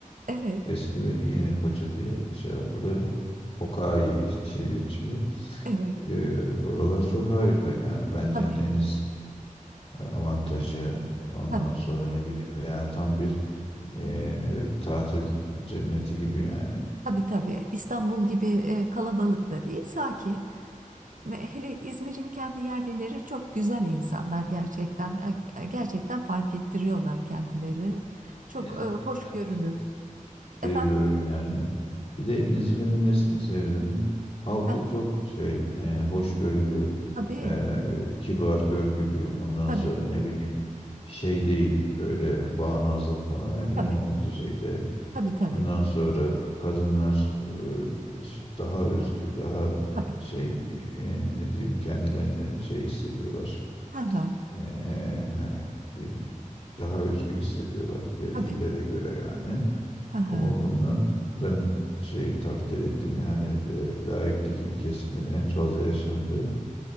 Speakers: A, on the right; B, on the left.
A: Evet,
B: Eski ve yeni Foça diye şey yapılıyor. Fokai diye geçiyor.
A: evet.
B: E, oralar çok harika yani. Bence
A: Tabii,
B: deniz e, avantajı ondan
A: tabii,
B: sonra ne bileyim yani tam bir e, tatil cenneti gibi yani.
A: tabii, tabii. İstanbul gibi e, kalabalık da değil, sakin. Ve hele İzmir'in kendi yerlileri çok güzel insanlar gerçekten. E, e, Gerçekten fark ettiriyorlar kendileri.
B: Bir
A: Çok
B: de İzmir'im
A: e, hoşgörülü.
B: ben de seni
A: Efendim?
B: seviyorum yani. Bir de İzmir'in nesini seviyorum? Halkı
A: Ha,
B: çok şey, e, hoşgörülü,
A: tabii,
B: e, kibar, görgülü. Ondan
A: tabii,
B: sonra ne bileyim şey değil böyle bağnazlık falan yani minimum
A: tabii,
B: düzeyde.
A: tabii, tabii,
B: Ondan sonra kadınlar e, ş- daha özgür, daha
A: tabii.
B: şey e, e, ne diyeyim kendilerini şey hissediyorlar.
A: Ha, ha,
B: E, hani e, daha özgür hissediyorlar diğer illere
A: tabii,
B: göre yani.
A: ha, ha.
B: O bakımdan ben şey takdir ettim yani e, laiklik ilkesinin en fazla yaşandığı